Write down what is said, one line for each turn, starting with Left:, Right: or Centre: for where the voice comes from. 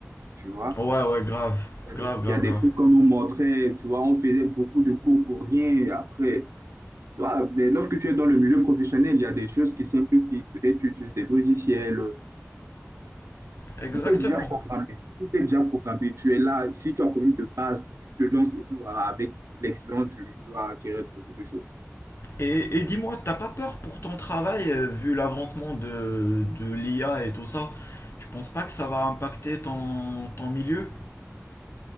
Right: Tu vois,
Left: Ouais, ouais, grave.
Right: il y a
Left: Grave,
Right: des,
Left: grave,
Right: il y a des
Left: grave.
Right: trucs qu'on nous montrait, tu vois, on faisait beaucoup de cours pour rien. Et après, Toi, mais lorsque tu es dans le milieu professionnel, il y a des choses qui simplifient. Peut-être tu utilises des logiciels.
Left: Exactement.
Right: Tout est déjà programmé. Tout est déjà programmé. Tu es là. Si tu as quand même de base, tu te lances et puis voilà, avec l'expérience, tu, tu vas acquérir beaucoup de choses.
Left: Et, et dis-moi, t'as pas peur pour ton travail, euh, vu l'avancement de, de l'IA et tout ça? Tu penses pas que ça va impacter ton, ton milieu?